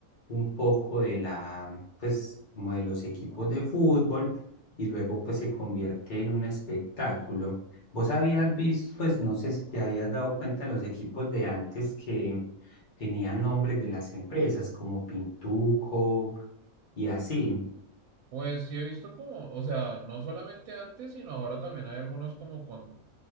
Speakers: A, on the left (about 35°); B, on the right (about 80°).
A: un poco de la, pues como de los equipos de fútbol y luego pues se convierte en un espectáculo. Vos habías visto, pues no sé si te habías dado cuenta los equipos de antes que tenían nombres de las empresas como Pintuco y así.
B: Pues sí he visto como, o sea, no solamente antes, sino ahora también hay algunos como con,